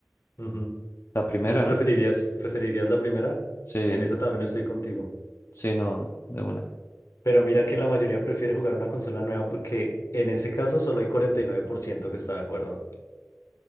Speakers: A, on the left; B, on the left.
A: Ujú.
B: La primera,
A: Entonces,
B: ¿no?
A: ¿preferirías, preferirías la primera?
B: Sí,
A: En esa también estoy contigo.
B: sí, no, de una.
A: Pero mira que la mayoría prefiere jugar a una consola nueva porque en ese caso solo hay 49% que está de acuerdo.